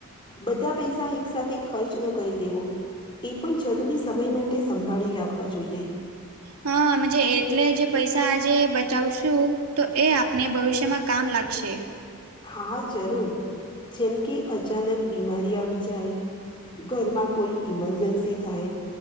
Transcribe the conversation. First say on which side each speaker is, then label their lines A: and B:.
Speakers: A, on the left; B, on the right.
A: બધા પૈસા એક સાથે ખર્ચ ન કરી દેવો. એ પણ જરૂરી સમય માટે સંભાળી રાખવા જોઈએ.
B: હા મનજે એટલે જે પૈસા આજે બચાવશું. તો એ આપને ભવિષ્યમાં કામ લાગશે.
A: હા જરૂર, જેમ કે અચાનક બીમારી આવી જાય. ઘરમાં કોઈ ઈમરજન્સી થાય.